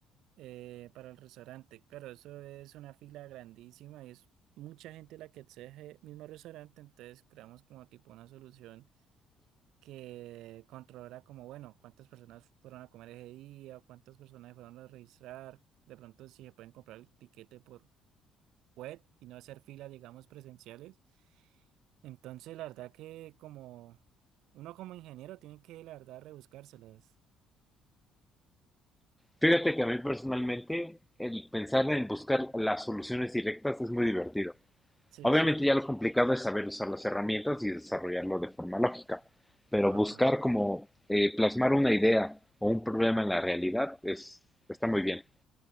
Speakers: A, on the right; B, in the centre.
A: eh, para el restaurante. Claro, eso es una fila grandísima y es mucha gente la que exige el mismo restaurante, entonces creamos como tipo una solución. que controlara como, bueno, cuántas personas fueron a comer ese día, cuántas personas fueron a registrar, de pronto si se pueden comprar el tiquete por web y no hacer filas, digamos, presenciales. Entonces, la verdad que como uno como ingeniero tiene que, la verdad, rebuscárselas.
B: Fíjate que a mí personalmente el pensar en buscar las soluciones directas es muy divertido.
A: Sí,
B: Obviamente
A: sí.
B: ya lo complicado es saber usar las herramientas y desarrollarlo de forma lógica, pero
A: Ajá.
B: buscar como eh, plasmar una idea o un problema en la realidad es, está muy bien.